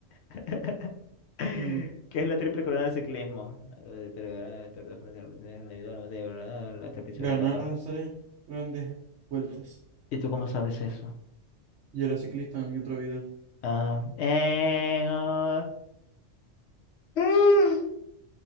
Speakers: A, on the left (about 70°); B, on the right (about 80°).
A: <laughs> ¿Qué
B: mm,
A: es la triple corona del ciclismo? Eh, Tour de Tour de Francia, Leidor, de verdad, las tres principales
B: Ganar
A: etapas.
B: las tres grandes vueltas.
A: ¿Y tú cómo sabes eso?
B: Yo era ciclista en mi otra vida.
A: Ah, en, ah, ah,